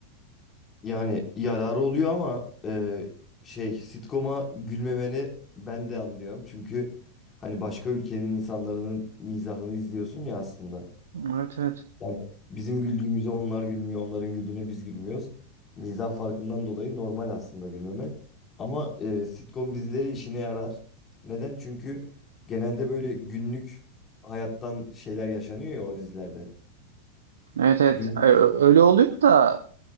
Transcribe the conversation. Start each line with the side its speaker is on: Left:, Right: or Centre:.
Left: Yani yararı oluyor ama e, şey sitcom'a gülmemeni ben de anlıyorum. Çünkü hani başka ülkenin insanların mizahını izliyorsun ya aslında.
Right: Evet evet.
Left: Yani bizim güldüğümüze onlar gülmüyor, onların güldüğüne biz gülmüyoruz. Mizah farkından dolayı normal aslında gülmemen. Ama e, sitcom dizileri işine yarar. Neden? Çünkü genelde böyle günlük hayattan şeyler yaşanıyor ya o dizilerde.
Right: Evet evet.
Left: Günlük.
Right: E, Öyle oluyor da